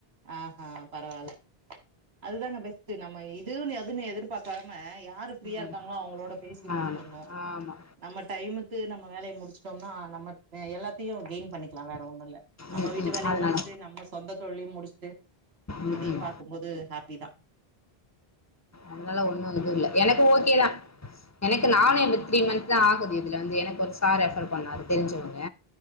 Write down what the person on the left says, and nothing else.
ம்
ஆமா ஆமா
ம்
ம்
அதனால
ம்
ம்
அங்கலா ஒண்ணும் இதுல்ல எனக்கு ஓகேதா எனக்கு
நானு இபு த்ரீ மந்த் தா ஆகுது இதுல வந்து எனக்கு ஒர் சார் ரெஃபர் பண்ணார் தெரிஞ்சவங்க